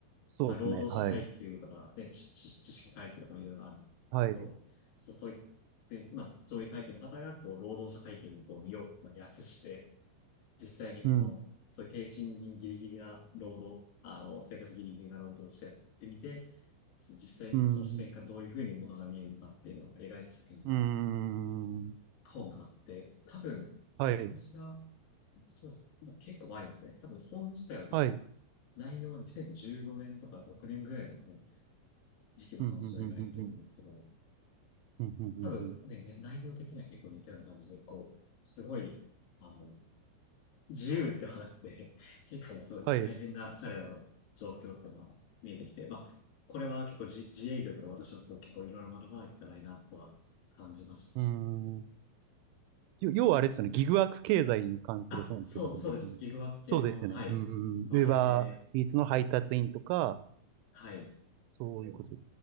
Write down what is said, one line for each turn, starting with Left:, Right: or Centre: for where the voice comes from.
Right: そうですね、
Left: まあ、労働者階級とか、
Right: はい、
Left: ね、知、知知識階級とかもいろいろあると思うんですけど、
Right: はい、う
Left: そう、そういって、まあ、上位階級の方が、こう、労働者階級にこう身を、まあ、安して、実際にこの、
Right: ん、
Left: そういう低賃金ギリギリな労働、あの、生活ギリギリな労働をしてやってみて、す実際その視点からどういうふうにものが見えるのかっていうのをなんか描いた作品が、
Right: うん、うーん、
Left: 本があって、多分、
Right: はい、
Left: 私が、そうそう、まあ結構前ですね。多分本自体は多分、
Right: はい、
Left: 内容は2015年とか6年ぐらいの多分時期の話を描いてるんですけど、
Right: うん、うん、うん、うん、うん、うん、うんうんうん
Left: 多分ね、ね内容的には結構似たような感じで、こう、すごい、あの、自由ってはなくて、結構すごい大変な彼らの状況っていうのは見えてきて、
Right: はい、う
Left: まあ、これは結構自、自営業から私のこと結構いろいろ学ばないといけないなとは感じました。
Right: ーん、よ要はあれですよね、ギグワーク経済に関する本ってことですよね。
Left: あ、そう、そうです。ギグワーク系の、
Right: そうですよね。
Left: はい、
Right: うんうん。
Left: 話題で、
Right: ウーバーイーツの配達員とか、
Left: はい。
Right: そういうこと